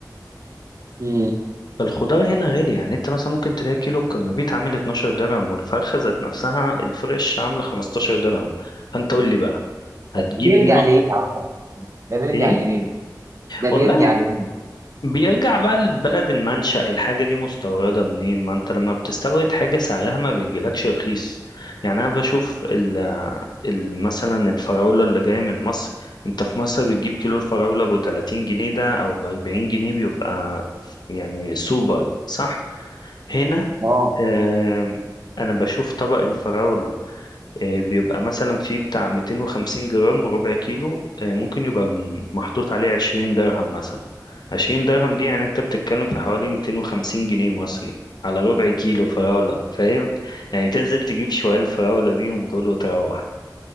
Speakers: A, on the right; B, on the left.
A: مم.
B: فالخضار هنا غالي يعني انت مثلا ممكن تلاقي كيلو الكرنبيط عامل 12 درهم والفرخة ذات نفسها الفريش عاملة 15 درهم فانت قول لي بقى هتجيب
A: بيرجع
B: نص
A: ليه يا عم؟ ده بيرجع
B: ايه
A: ليه ده بيرجع
B: والله
A: ليه
B: بيرجع بقى لبلد المنشأ الحاجة دي مستوردة منين ما انت لما بتستورد حاجة سعرها ما بيجيلكش رخيص يعني انا بشوف ال ال- مثلا الفراولة اللي جاية من مصر انت في مصر بتجيب كيلو الفراولة ب 30 جنيه ده او ب 40 جنيه بيبقى يعني سوبر صح هنا
A: اه
B: آه انا بشوف طبق الفراولة آه، بيبقى مثلا فيه بتاع 250 جرام ربع كيلو آه، ممكن يبقى م- محطوط عليه 20 درهم مثلا 20 درهم دي يعني انت بتتكلم في حوالي 250 جنيه مصري على ربع كيلو فراولة فاهم يعني تنزل تجيب شوية الفراولة بيهم دول وتروح